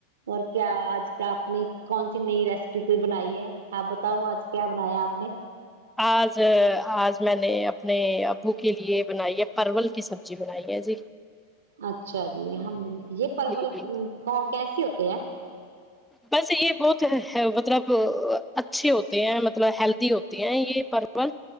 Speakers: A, on the right; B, in the centre.
A: اور کیا آج کا آپ نے کون سی نئی ریسیپی کوئی بنائی ہے آپ بتاؤ آج کیا بنایا آپ نے
B: آج آج میں نے اپنے ابو کے لیے بنائی ہے پرول کی سبزی بنائی ہے جی
A: اچھا جی ہم یہ پرل
B: جی
A: کو کیس ہوتے ہے
B: بس یہ بہت مطلب اچھے ہوتے ہیں مطلب ہیلدی ہوتے ہیں یہ پرول